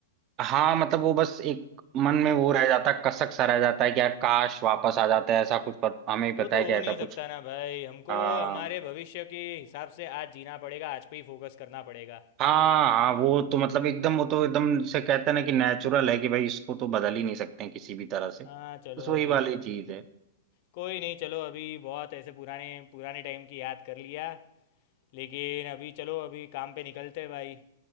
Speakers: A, on the right; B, on the left.
A: हाँ मतलब वो बस एक मन
B: हम्म,
A: में वो रह जाता है कसक सा रह जाता है कि यार काश वापस आ जाता है ऐसा कुछ पर हमें भी
B: वो
A: पता
B: तो
A: है
B: हो
A: कि ऐसा
B: नहीं
A: कुछ
B: सकता ना भाई हमको
A: हाँ
B: हमारे भविष्य के हिसाब से आज जीना पड़ेगा आज पे ही फोकस करना पड़ेगा
A: हाँ हाँ वो तो मतलब एकदम वो तो एकदम से कहते हैं ना कि नेचुरल है कि भाई इसको तो बदल ही नहीं सकते हैं किसी भी तरह से
B: हाँ चलो
A: बस वही
B: अभी
A: वाली चीज है
B: कोई नहीं चलो अभी बहुत ऐसे पुराने पुराने टाइम की याद कर लिया लेकिन अभी चलो अभी काम पे निकलते हैं भाई